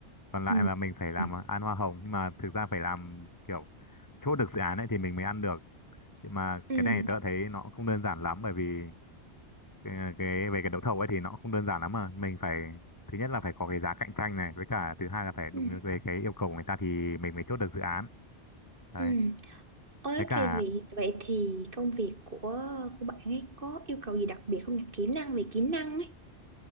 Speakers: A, on the left; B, on the right.
A: còn lại
B: Ừ.
A: là mình phải làm
B: Ừ.
A: ờ, ăn hoa hồng nhưng mà thực ra phải làm kiểu chốt được dự án ấy thì mình mới ăn được nhưng mà
B: Ừ.
A: cái này tớ thấy nó cũng không đơn giản lắm bởi vì cái, cái về cái đấu thầu ấy thì nó cũng không đơn giản lắm mà mình phải thứ nhất là phải có cái giá cạnh tranh này với cả thứ hai là phải đúng
B: Ừ.
A: về cái yêu cầu của người ta thì mình mới chốt được dự án đấy
B: Ừ. Ôi,
A: với cả
B: thế vì vậy thì công việc của của bạn ấy có yêu cầu gì đặc biệt không nhỉ? Kỹ năng về kỹ năng ấy.